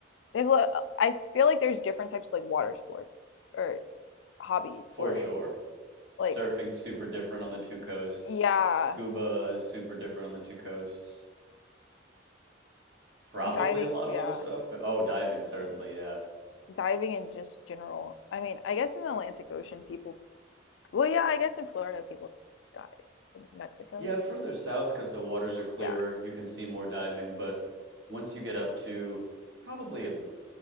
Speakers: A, on the left (about 75°); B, on the right (about 65°).
A: there's a lot, I feel like there's different types of like water sports or hobbies
B: <laughs> For
A: or
B: sure.
A: like
B: Surfing's super different on the two coasts.
A: yeah,
B: Scuba is super different on the two coasts. Probably
A: diving,
B: a lot
A: yeah,
B: of other stuff, but oh, diving certainly, yeah.
A: diving in just general. I mean, I guess in the Atlantic Ocean people well, yeah, I guess in Florida people dive. In Mexico,
B: Yeah, further south because the waters are clearer,
A: yeah.
B: you can see more diving, but once you get up to probably a